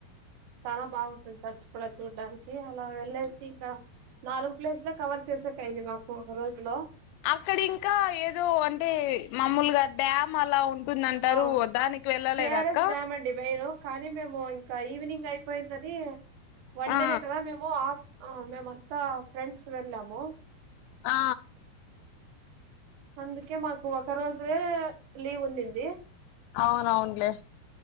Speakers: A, on the right; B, on the left.
A: చానా బాగుంటు చర్చి కూడా చూడ్డానికి అలా వెళ్ళేసి ఇంకా నాలుగు ప్లేసులే కవర్ చేసేకయింది మాకు ఒక రోజు లో
B: అక్కడ ఇంకా ఏదో అంటే మామూలు గా డ్యామ్ అలా ఉం వందంటారు
A: ఆ
B: దానికి వెళ్ళలేద
A: కేఆర్ఎస్
B: అక్క
A: డ్యామ్ అండి మెయిన్ కానీ మేము ఇంకా ఈవినింగ్ అయిపోయిందని వన్
B: ఆ
A: డేనే కద మేము ఆఫ్ ఆ మేమంతా ఫ్రెండ్స్ వెల్లాము
B: ఆ
A: అందుకే మాకు ఒక రోజె లీవ్ ఉన్నింది
B: అవునవున్లే